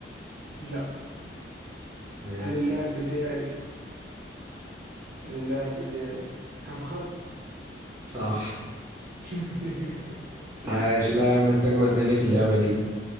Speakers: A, on the right (about 55°); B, on the right (about 20°).
A: لا
B: ماشي
A: هل اللاعب بتاعي هل اللاعب بتاعي كفخال
B: صح
A: <laughs> س-
B: <laughs> عاش لا يا عم
A: س-
B: انت اجمد مني في اللعبة دي